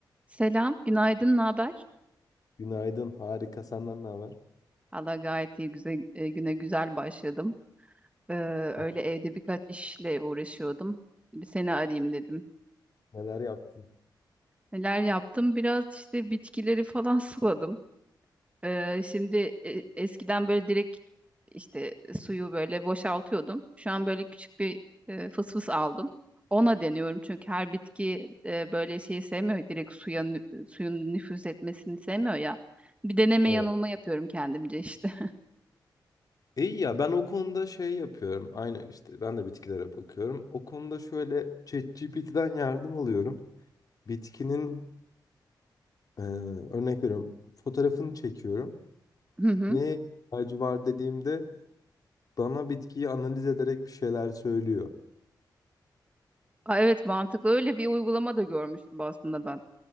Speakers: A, on the right; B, on the left.
A: Selam, günaydın, ne haber?
B: Günaydın. Harika. Senden ne haber?
A: Allah gayet iyi, güzel, e, güne güzel başladım. Ee,
B: Ah,
A: öyle evde birkaç işle uğraşıyordum. Bir seni arayayım dedim.
B: Neler yaptın?
A: Neler yaptım? Biraz işte bitkileri falan <laughs> suladım. Ee, şimdi e, eskiden böyle direkt işte suyu böyle boşaltıyordum. Şu an böyle küçük bir e, fısfıs aldım. Ona deniyorum çünkü her bitki e, böyle şeyi sevmiyor. Direkt suya nü- suyun nüfuz etmesini sevmiyor ya. Bir deneme
B: Evet.
A: yanılma yapıyorum kendimce işte.
B: İyi ya ben o konuda şey yapıyorum. Aynı işte ben de bitkilere bakıyorum. O konuda şöyle ChatGPT'den yardım alıyorum. Bitkinin e, örnek veriyorum. Fotoğrafını çekiyorum.
A: Hı hı.
B: Neye ihtiyacı var dediğimde bana bitkiyi analiz ederek bir şeyler söylüyor.
A: Aa, evet mantıklı. Öyle bir uygulama da görmüştüm aslında ben.